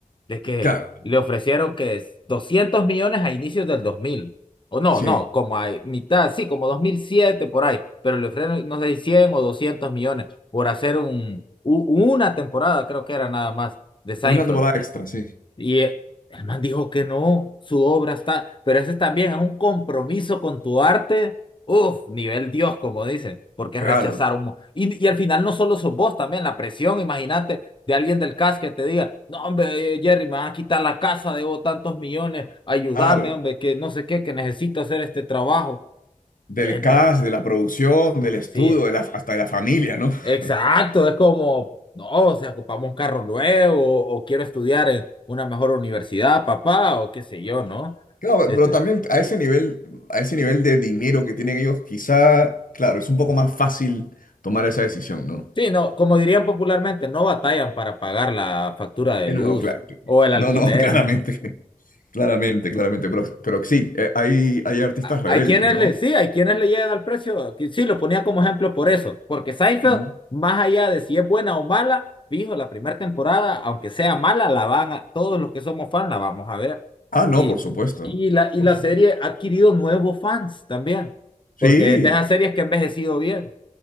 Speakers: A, on the left; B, on the left.
A: de que
B: claro,
A: le ofrecieron que es 200 millones a inicios del 2000, o no,
B: sí.
A: no, como a mitad, sí, como 2007 por ahí, pero le ofrecieron, no sé, 100 o 200 millones por hacer un, u- una temporada, creo que era nada más, de Seinfeld.
B: Una temporada extra, sí.
A: Y eh, el man dijo que no, su obra está, pero ese también es un compromiso con tu arte, uf, nivel Dios, como dicen, porque
B: Claro,
A: rechazar un... mo- Y, y al final no solo sos vos, también la presión, imagínate, de alguien del CAS que te diga, no, hombre, eh, Jerry, me van a quitar la casa, debo tantos millones, ayúdame,
B: claro.
A: hombre, que no sé qué, que necesito hacer este trabajo.
B: Del
A: Entonces,
B: cast, de la producción, del estudio,
A: sí,
B: de la, hasta de la familia, ¿no? <laughs>
A: Exacto, es como, no, o sea, ocupamos un carro nuevo o quiero estudiar en una mejor universidad, papá, o qué sé yo, ¿no?
B: Claro,
A: Este,
B: pero también a ese nivel, a ese nivel de dinero que tienen ellos, quizá, claro, es un poco más fácil tomar esa decisión, ¿no?
A: sí, no, como dirían popularmente, no batallan para pagar la factura
B: Eh,
A: de luz
B: No, claro.
A: o el
B: No,
A: alquiler.
B: no, <laughs> claramente,
A: <laughs>
B: claramente, claramente. Pero, pero sí, eh, hay, hay artistas rebeldes,
A: Hay quienes
B: ¿no?
A: le, sí, hay quienes le llegan al precio. que Sí, lo ponía como ejemplo por eso. Porque Seinfeld,
B: Ujú.
A: más allá de si es buena o mala, fijo, la primera temporada, aunque sea mala, la van a, todos los que somos fans la vamos a ver.
B: Ah, no,
A: Y,
B: por supuesto,
A: y la, y
B: por
A: la
B: supuesto.
A: serie ha adquirido nuevos fans también.
B: Sí,
A: Porque es de esas series que ha envejecido bien.